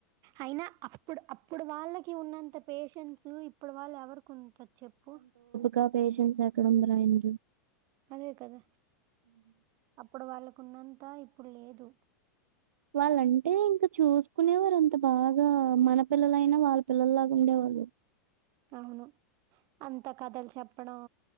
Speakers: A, on the right; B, on the right.
A: అయినా అప్పుడు అప్పుడు వాళ్ళకి ఉన్నంత పేషన్స్ ఇప్పుడు వాళ్ళు ఎవరికి ఉంన్ ది చెప్పు
B: కా పేషెన్స్ ఎక్కడ ఉంద్రాయనకి
A: అదే కదా అప్పుడు వాళ్ళకున్నంత ఇప్ ప్పుడు లేదు
B: వాళ్ళంటే ఇంకా చూసుకునేవారు అంత బాగా మన పిల్లలైనా వాళ్ళ పిల్లల్లాగా ఉండేవాళ్ళు
A: అవును అంత కథలు చెప్పడం